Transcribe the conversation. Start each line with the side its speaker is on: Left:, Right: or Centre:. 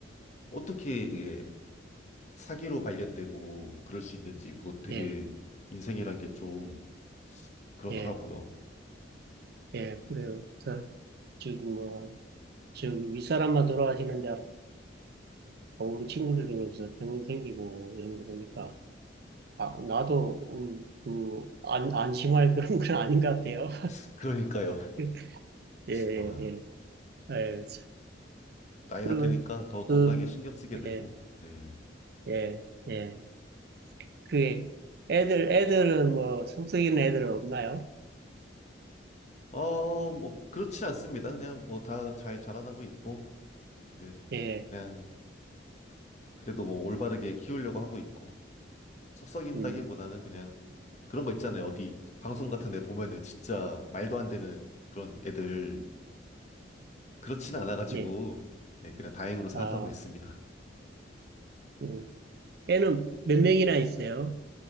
Left: 어떻게 그게 사기로 발견되고 그럴 수 있는지 그거 되게
Right: 예,
Left: 인생이란 게 좀 그렇더라고요.
Right: 예, 예, 그래요. 저, 저기 뭐, 저 윗사람만 돌아가시는데 우리 친구들 중에서 병이 생기고 이런 거 보니까, 아, 나도, 음, 그, 안, 안심할 <laughs> 그런 건 아닌 것 같아요.
Left: <laughs> 그러니까요.
Right: <laughs> 예, 예,
Left: 아,
Right: 예. 아유, 참.
Left: 나이가
Right: 그리고,
Left: 드니까 더 건강에
Right: 그,
Left: 신경 쓰게 되고,
Right: 예,
Left: 네.
Right: 예, 예. 그게, 애들, 애들은 뭐, 속썩이는 애들은 없나요?
Left: 어, 뭐, 그렇진 않습니다. 그냥 뭐 다 잘 자라나고 있고, 네.
Right: 예,
Left: 그냥, 그래도 뭐 올바르게 키우려고 하고 있고, 속썩인다기보다는
Right: 음,
Left: 그냥 그런 거 있잖아요. 어디 방송 같은 데 보면은 진짜 말도 안 되는 그런 애들, 그렇진 않아가지고,
Right: 예.
Left: 네, 그냥 다행으로 생각하고
Right: 아,
Left: 있습니다.
Right: 음. 애는 몇 명이나 있어요?